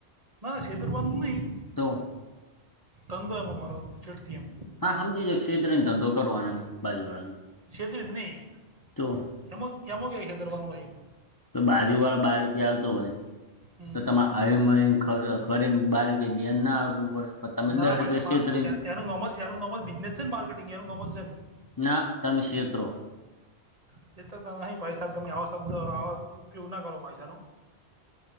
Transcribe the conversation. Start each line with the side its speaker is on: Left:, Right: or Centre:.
Right: ના ના શેતરવાનું નહીં.
Left: તો
Right: <inaudible> એમ અમારો ચડથી એમ.
Left: હા સમજી જ ક્ષેત્રીનો ધંધો કરવાનો એમ બાજુ વાળાનો
Right: છેતરી જ નહીં
Left: તો
Right: એમાં <inaudible> છેતરવાનું એય
Left: તો બાજુ વાળો બાર રૂપિયા આલતો હોય.
Right: હમ
Left: તો તમારે હળી મરીને કરીને બાર <inaudible> આવવું પડે. પણ તમે
Right: ના
Left: દસ રૂપિયા
Right: ભાઈ
Left: છેતરીને
Right: તો એનું નોમ જ એનું નોમ જ <unintelligible>
Left: ના તમે શેત્રો.
Right: <unintelligible> નહીં ભાય સાહેબ તમે આવો શબ્દ આવાો ઉપયોગ ના કરો ભાષાનો. <inaudible>